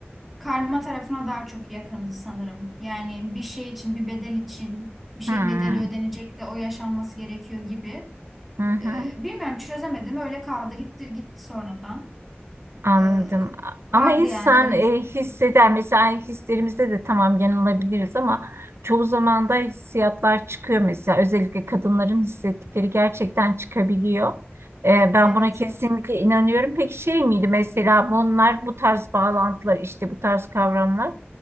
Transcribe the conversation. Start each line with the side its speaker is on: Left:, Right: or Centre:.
Centre: karma tarafına daha çok yakındı sanırım. Yani bir şey için, bir bedel için, bir şeyin
Right: Hı
Centre: bedeli ödenecek de o yaşanması gerekiyor gibi.
Right: hı, hı.
Centre: Ee, bilmiyorum çözemedim. Öyle kaldı. Gitti gitti sonradan.
Right: Anladım.
Centre: Ee,
Right: Ama
Centre: vardı
Right: insan
Centre: yani öyle.
Right: e,
Centre: hissettiğim.
Right: hisseder. Mesela hislerimizde de tamam yanılabiliriz ama çoğu zaman da hissiyatlar çıkıyor mesela. Özellikle kadınların hissettikleri gerçekten çıkabiliyor. E, ben
Centre: Evet
Right: buna kesinlikle
Centre: evet.
Right: inanıyorum. Peki şey miydi mesela bunlar bu tarz bağlantılar işte bu tarz kavramlar